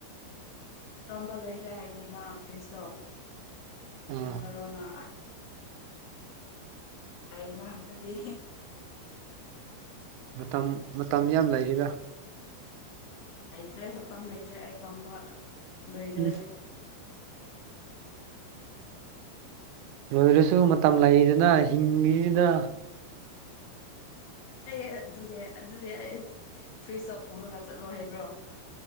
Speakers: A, on the left; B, on the right.
A: ꯑꯩ ꯇꯝꯕ ꯂꯩꯣꯏꯈ꯭ꯔꯦ ꯍꯥꯏꯔꯤꯗꯤꯅ ꯐ꯭ꯔꯤꯖꯇꯣ
B: ꯑꯥ
A: ꯇꯧꯖꯔꯣꯅ ꯑꯩꯅ ꯑꯗꯨꯗꯤ
B: ꯃꯇꯝ ꯃꯇꯝ ꯌꯥꯝ ꯂꯩꯔꯤꯗ
A: ꯅꯣꯏꯇ꯭ꯔꯦ ꯍꯠꯇꯝꯕ ꯅꯣꯏꯇꯦ ꯑ ꯇꯝꯕ ꯣꯏꯗꯣꯏꯦ
B: ꯎꯝ
A: <inaudible>
B: ꯂꯣꯏꯔꯁꯨ ꯃꯇꯝ ꯂꯩꯗꯅ ꯍꯤꯡꯉꯤꯁꯤꯅ
A: ꯑꯩ ꯑꯗꯨꯗꯤ ꯑꯗꯨꯗꯤ ꯑꯩ ꯐ꯭ꯔꯤꯖꯇ ꯄꯨꯔꯒ ꯆꯠꯂꯣ ꯍꯥꯏꯕ꯭ꯔꯣ